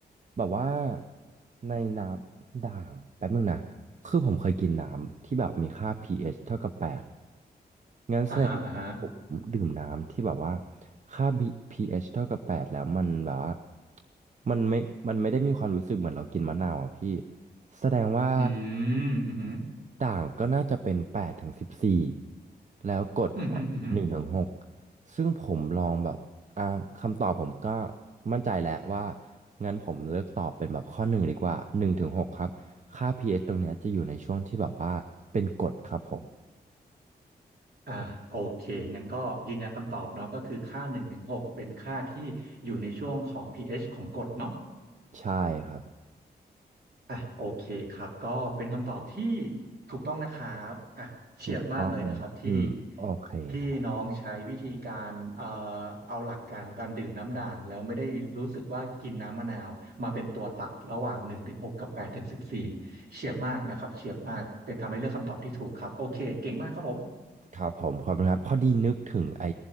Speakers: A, on the right; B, on the right.
A: แบบว่าในน้ำด่างแป๊บนึงนะคือผมเคยกินน้ำที่แบบมีค่า pH เอชเท่ากับแปด งั้นแสดง
B: อ่าฮะอ่าฮะ
A: ผมดื่มน้ำที่แบบว่าค่า B pH เอชเท่ากับแปดแล้วมันแบบว่ามันไม่มันไม่ได้มีความรู้สึกเหมือนเรากินมะนาวอ่ะพี่แสดงว่า
B: อืม อือือ
A: ด่างก็น่าจะเป็นแปดถึงสิบสี่แล้วกด
B: อือืออือือ
A: หนึ่งถึงหกซึ่งผมลองแบบอ่าคำตอบผมก็มั่นใจแล้วว่างั้นผมเลือกตอบเป็นแบบข้อหนึ่งดีกว่าหนึ่งถึงหกครับค่า pH ตรงเนี้ยจะอยู่ในช่วงที่แบบว่าเป็นกรดครับผม
B: อ่าโอเคงั้นก็ยืนยันคำตอบเนาะก็คือค่าหนึ่งถึงหกเป็นค่าที่อยู่ในช่วงของ pH ของกรดเนาะ
A: ใช่ครับ
B: อ่ะโอเคครับก็เป็นคำตอบที่ถูกต้องนะครับอ่ะเฉียบมากเลยนะครับที่
A: ถูกต้องอืมโอเคครับ
B: ที่น้องใช้วิธีการเอ่อเอาหลักการของการดื่มน้ำด่างแล้วไม่ได้รู้สึกว่ากินน้ำมะนาวมาเป็นตัวตัดระหว่างหนึ่งถึงหกกับแปดถึงสิบสี่เฉียบมากนะครับเฉียบมากเป็นทำให้เลือกคำตอบที่ถูกครับโอเคเก่งมากครับผม
A: ครับผมขอบคุณครับ พอดีนึกถึงไอ้